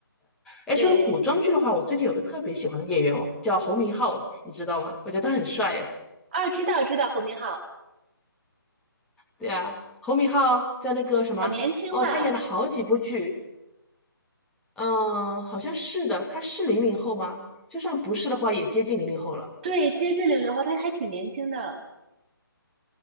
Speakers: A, in the centre; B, on the right.
A: 哎，
B: 对，
A: 说到古装剧的话，我最近有个特别喜欢的演员哦，叫侯明昊，你知道吗？我觉得他很帅哎。
B: 啊，知道知道，侯明昊
A: 对啊，侯明昊在那个什么。
B: 好年轻吧？
A: 哦，他演了好几部剧，嗯，好像是的，他是零零后吗？就算不是的话，也接近零零后了。
B: 对，接近零零后，他还挺年轻的。